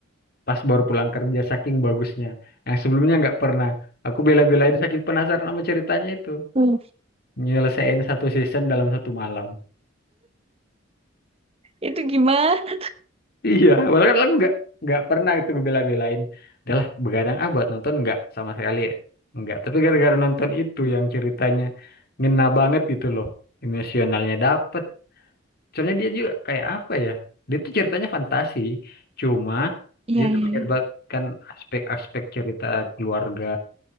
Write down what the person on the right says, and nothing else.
Hmm.
Itu gimana?
Iya,
iya.